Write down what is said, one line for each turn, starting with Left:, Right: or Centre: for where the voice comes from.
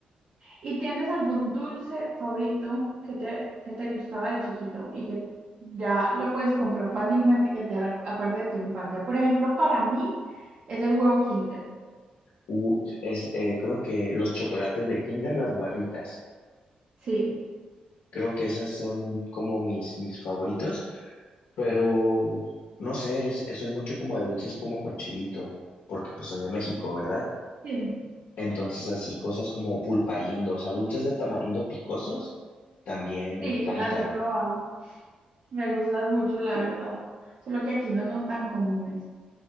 Right: ¿Y tienes algún dulce favorito que te, que te gustaba de chiquito y que ya lo puedes comprar fácilmente y que te acuerde de tu infancia? Por ejemplo, para mí es el huevo Kinder.
Left: Uh, es, eh, creo que los chocolates de Kinder, las barritas.
Right: Sí,
Left: Creo que esas son como mis, mis favoritos, pero no sé, es- soy mucho como de dulces como con chilito, porque pues soy de México, ¿verdad?
Right: sí,
Left: Entonces así cosas como pulparindo, o sea, dulces de tamarindo picosos, también me
Right: sí,
Left: encantan.
Right: las he probado. Me gustan mucho, la verdad. Solo que aquí no son tan comunes.